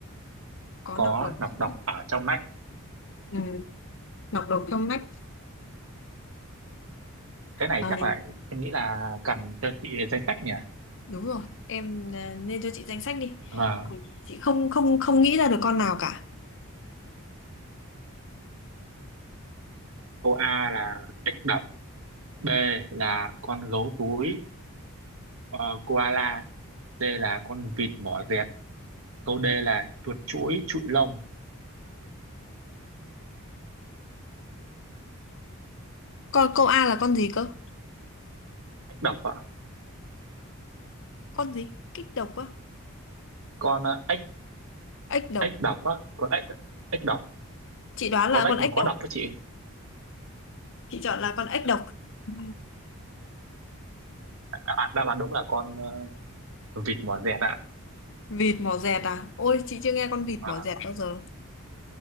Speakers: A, on the left; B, on the right.
A: có
B: có
A: nọc độc
B: nọc
A: trong
B: độc
A: nách?
B: ở trong nách
A: Ừ, nọc độc trong nách.
B: cái này
A: Ờ,
B: chắc là em nghĩ là cần cho chị danh sách nhỉ
A: đúng rồi. Em ờ, nên cho chị danh sách đi.
B: và
A: Ừ, Chị không không không nghĩ ra được con nào cả.
B: cô A là ếch đập B là con gấu túi ờ, koala C là con vịt mỏ dẹt câu D là chuột chuỗi trụi lông
A: Con câu A là con gì cơ?
B: ếch độc ạ
A: Con gì? Kích độc á?
B: con ờ, ếch
A: Ếch độc.
B: ếch độc á con ếch ếch độc
A: Chị đoán
B: con
A: là
B: ếch
A: con ếch
B: mà có
A: độc.
B: độc đó chị
A: Chị chọn là con ếch độc. Ừ.
B: à, đáp án đúng là con ờ, vịt mỏ dẹt ạ
A: Vịt mỏ dẹt à? Ôi chị chưa nghe con vịt
B: À,
A: mỏ dẹt bao giờ.